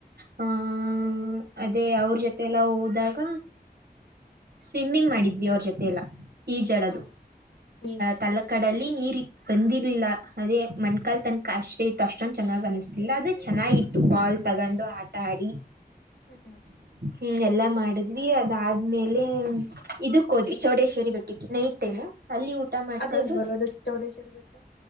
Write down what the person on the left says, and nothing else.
ಹಾ ಹೀಗೆ
ಹಾ
ಅದೇ ಅಲ್ಲಿ ಬರೋದು ಚೌಡೇಶ್ರ್ ಬೆಟ್ಟ